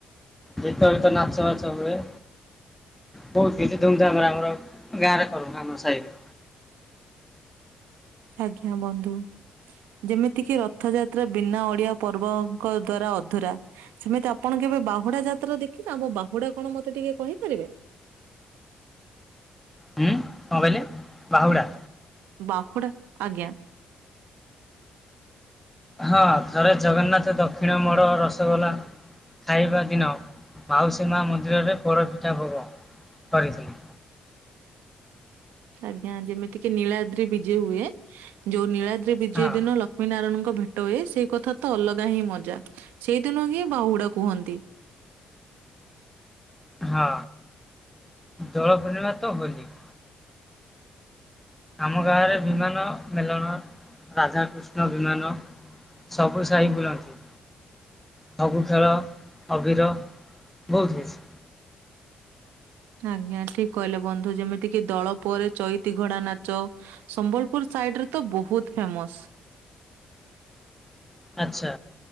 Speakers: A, in the centre; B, on the right (about 85°).
A: ଗୀତ ଫିତ ନାଚ ବାଚ ହୁଏ। ବହୁତ୍ କିଛି ଧୁମ୍ ଧାମ୍ ରେ ଆମର ଗାଁ ରେ କରୁ ଆମ ସାହିରେ।
B: ଆଜ୍ଞା ବନ୍ଧୁ, ଯେମିତି କିି ରଥଯାତ୍ରା ବିନା ଓଡିଆ ପର୍ବଙ୍କ ଦ୍ଵାରା ଅଧୁରା ସେମିତି ଆପଣ କେବେ ବାହୁଡା ଯାତ୍ରା ଦେଖିନ ବାହୁଡା କଣ ମତେ ଟିକେ କହିପାରିବେ?
A: ହୁଁ କଣ କହିଲେ ବାହୁଡା?
B: ବାହୁଡା ଆଜ୍ଞା
A: ହଁ ଥରେ ଜଗନ୍ନାଥ ଦକ୍ଷିଣ ମୋଡ ରସଗୋଲା ଖାଇବା ଦିନ ମାଉସୀ ମା ମନ୍ଦିରରେ ପୋଡ଼ପିଠା ଭୋଗ କରିଥିଲେ।
B: ଆଜ୍ଞା ଯେମିତି କିି ନୀଳାଦ୍ରି ବିଜେ ହୁଏ, ଯୋଉ ନୀଳାଦ୍ରି ବିଜେ
A: ହଁ
B: ଦିନ ଲ ଲକ୍ଷ୍ମୀ ନାରାୟଣଙ୍କ ଭେଟ ହୁଏ, ସେଇ କଥା ତ ଅଲଗା ହିଁ ମଜା ସେଇ ଦିନ ହିଁ ବାହୁଡା କୁହନ୍ତି।
A: ହଁ ଦୋଳ ପୂର୍ଣ୍ଣିମା ତ ହୋଲି। ଆମ ଗାଁରେ ବିମାନ ମେଲଣ ରାଧାକୃଷ୍ଣ ବିମାନ ସବୁ ସାହି ବୁଲନ୍ତି। ଫଗୁ ଖେଳ ଅବିର ବହୁତ୍ କିଛି,।
B: ଆଜ୍ଞା ଠିକ୍ କହିଲେ ବନ୍ଧୁ ଯେମିତି କି ଦଳ ପରେ ଚଇତି ଘୋଡା ନାଚ। ସମ୍ବଲପୁର୍ ସାଇଡ ରେ ତ ବହୁତ ଫେମସ୍।
A: ଆଚ୍ଛା,